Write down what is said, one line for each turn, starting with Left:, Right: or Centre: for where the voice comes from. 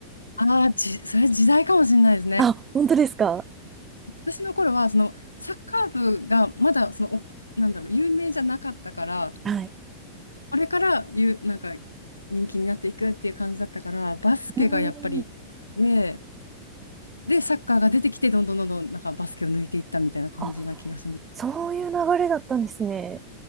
Left: ああー、じ、それ時代かもしれないですね。
Right: あ、本当ですか
Left: 私の頃は、その、サッカー部がまだ、その、おなんだろう、有名じゃなかったから、
Right: はい。
Left: これからゆ、なんか、人気になっていくっていう感じだったから、バスケがやっぱり一番で、
Right: うーん。
Left: で、サッカーが出てきて、どんどんどんどん、なんかバスケを抜いていったみたいな感じな気がします。
Right: あ、そういう流れだったんですね。